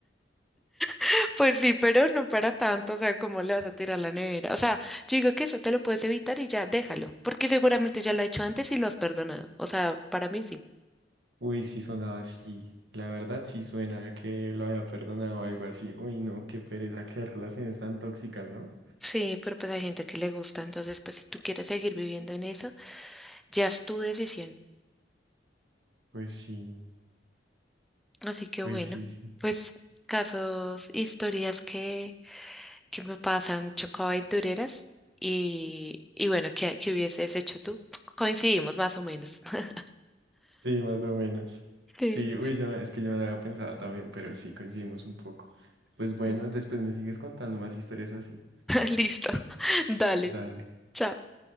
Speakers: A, in the centre; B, on the right (about 75°).
A: <laughs> Pues sí, pero no para tanto, o sea, ¿cómo le vas a tirar la nevera? O sea, yo digo que eso te lo puedes evitar y ya déjalo, porque seguramente ya lo ha hecho antes y lo has perdonado. O sea, para mí sí.
B: Uy, sí sonaba así. La verdad sí suena a que lo había perdonado o algo así. Uy, no, qué pereza, qué relaciones tan tóxicas, ¿no?
A: Sí, pero pues hay gente que le gusta, entonces pues si tú quieres seguir viviendo en eso, ya es tu decisión.
B: Pues sí,
A: Así que
B: pues
A: bueno,
B: sí, sí.
A: pues casos, historias que, que me pasan chocoaventureras y, y bueno, ¿qué, qué hubieses hecho tú? Coincidimos más o menos. <laughs>
B: Sí, más o menos.
A: Sí.
B: Sí, uy, yo, es que yo no lo había pensado también, pero sí coincidimos un poco. Pues
A: <laughs>
B: bueno, después me sigues contando más historias así.
A: Listo. <laughs> Dale.
B: Dale,
A: Chao.